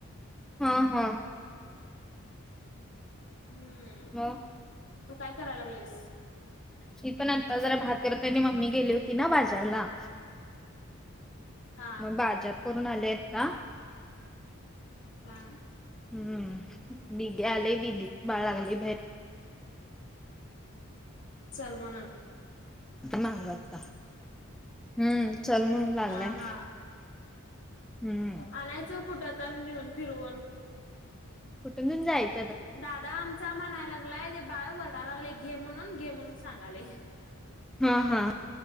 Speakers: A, in the centre; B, on the left (about 60°).
A: हम्म हम्म.
B: हम्म
A: हा.
B: तू काय करायला लागलीस?
A: ती पण आता जरा भात करत नाही मम्मी गेली होती ना बाजारला.
B: हा
A: मग बाजार करून आले आहेत का?
B: हा.
A: हम्म विद्या आले विदीत बाळ लागले बाई.
B: चल मान.
A: माग आता हम्म चल म्हणून लागलाय.
B: हा हा
A: हम्म
B: आणायचं कुठं तर नेऊन फिरवून.
A: कुठून जाचं.
B: दादा आम. म्हनाय लागलाय ते बाळ वरडा लागलाय घे म्हणून घे म्हणून सांगाले.
A: हा हा.